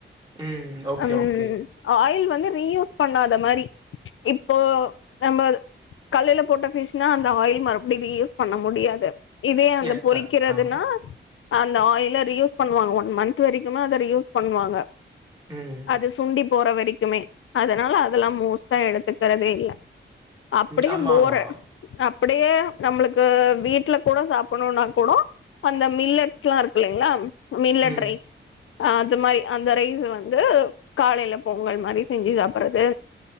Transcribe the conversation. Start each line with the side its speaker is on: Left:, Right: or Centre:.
Right: ம் ஓகே
Left: அம்
Right: ஓகே
Left: ஆயில் வந் து ரீயூஸ் பண்ணாத மாரி இப்போ நம்மள் கல்லுல போட்ட ஃபிஷ்னா அந்த ஆயில் மறுபடியு ரீயூஸ் பண்ண முடியா து இதே அந்த
Right: எஸ்
Left: பொறிக்கிறதுன்னா
Right: கரெக்ட் ஆ
Left: அந்த ஆயில ரியூஸ் பண்ணுவாங்க ஒன் மந்த் வரைக்குமே அத ரியூஸ் பண்ணுவாங்க
Right: ம்
Left: அது சுண்டி போற வரைக்குமே அதனால அதெல்லா மோஸ்ட்டா எடுத்துக்கறதே இல்ல அப்டியே
Right: ம் ஆமா
Left: போறே
Right: ஆமா
Left: அப்டியே நம்மளுக்கு வீட் ல கூட சாப்புட்ணுனா கூட அந்த மில்லட்ஸ்ல்லா இருக்கில்லைங்ளா மில்லட்
Right: ம்
Left: ரைஸ் அது மாரி அந்த ரைஸ் வந்து காலைல பொங்கல் மாரி செஞ்சு சாப்பட்றது